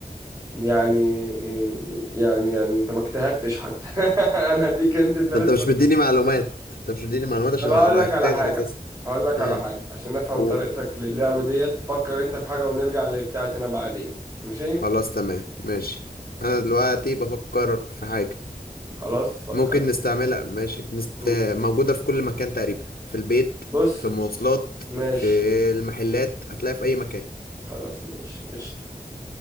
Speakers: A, on the right; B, on the left.
A: يعني يعني, يعني انت ما اجتهدتش حتى <laughs> انا هديك انت انت لسه
B: ما انت مش مديني معلومات انت مش مديني معلومات عشان
A: طب هقول
B: اختار
A: لك على حاجه
B: على اساس
A: هقول لك
B: ايه
A: على حاجه عشان افهم
B: قول
A: طريقتك للعبه ديت فكر انت في حاجه ونرجع لبتاعتي انا بعدين ماشي
B: خلاص تمام ماشي انا دلوقتي بفكر في حاجة
A: خلاص فكرت
B: ممكن نستعملها ماشي نست...
A: مم.
B: موجودة في كل مكان تقريبا في البيت
A: بص
B: في المواصلات
A: ماشي
B: في المحلات هتلاقيها في أي مكان
A: خلاص ماشي قشطه